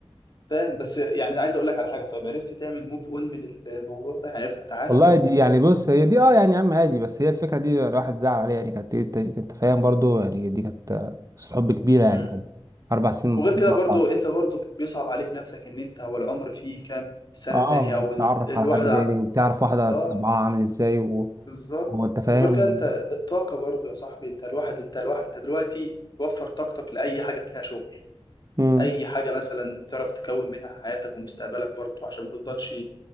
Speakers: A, on the left (about 45°); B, on the right (about 35°).
A: فاهم بس يعني عايز اقول لك على حاجه طيب عرفت تعمل موف اون من الموضوع ده يعني عرفت تتعافى
B: والله
A: من الموضوع
B: دي يعني
A: ده
B: بص هي دي اه يعني يا عم عادي بس هي الفكره دي الواحد زعل عليها يعني كانت إيه، انت أنت فاهم برضو يعني دي كانت آه، قصة حب كبيره يعني
A: امم
B: كانت اربع سنين من
A: وغير
B: الكليه
A: كده
B: مع
A: برضو
B: بعض
A: انت برضو بيصعب عليك نفسك ان انت هو العمر فيه كام سنه
B: اه
A: تانية او
B: تتعرف
A: الواحده
B: على حد تاني
A: ع-
B: وتعرف واحده
A: اه
B: طبعها عامل ازاي و...
A: بالظبط
B: وانت فاهم
A: وغير كده انت الطاقه برضو يا صاحبي انت الواحد انت الواحد انت دلوقتي وفر طاقتك لاي حاجه فيها شغل
B: مم.
A: اي حاجه مثلا تعرف تكون منها حياتك ومستقبلك برضو عشان ما تفضلش